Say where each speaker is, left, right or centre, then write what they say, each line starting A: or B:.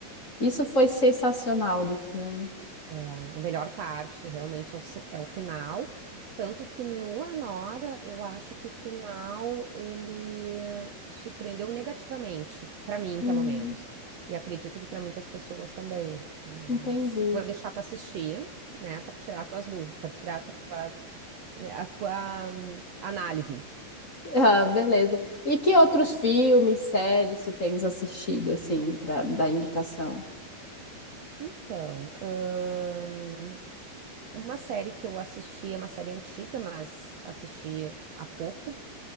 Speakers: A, on the left; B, on the right.
A: isso foi sensacional do filme.
B: É, a melhor parte realmente é o, ci- é o final. Tanto que no Anora, eu acho que o final ele eh, surpreendeu negativamente, para mim,
A: Hum,
B: pelo menos. E acredito que para muitas pessoas também. Mas
A: entendi.
B: vou deixar tu assistir, né, para tirar tuas dúvidas, para tirar a tua, né, a tua hum, análise.
A: Ah, beleza. E que outros filmes, séries tu tens assistido, assim, pra me dar indicação? <laughs>
B: Então, hum, uma série que eu assisti, é uma série antiga, mas assisti há pouco.